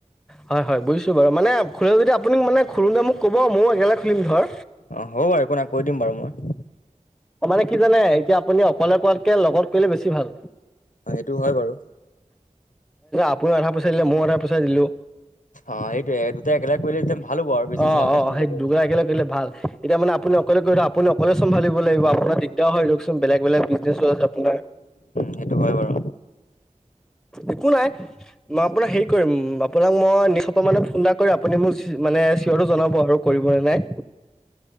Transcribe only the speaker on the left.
অ', হ'ব বাৰু একো নাই কৈ দিম বাৰু মই।
অ', সেইটো হয় বাৰু
অ', সেইটয়ে দুটাই একেলগ কৰিলেতিয়া ভাল হব আৰু বিজনেছটো
ভালকে
চলি
যাব
এতিয়া
উম,
সেইটো হয় বাৰু